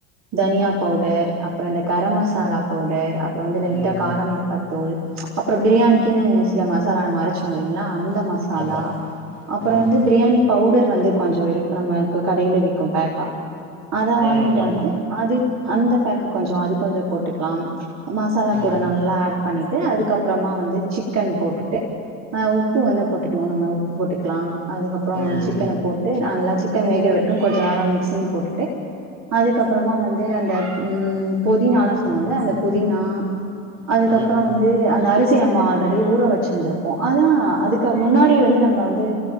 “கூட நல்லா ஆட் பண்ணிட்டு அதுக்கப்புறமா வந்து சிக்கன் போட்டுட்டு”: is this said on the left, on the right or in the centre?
Right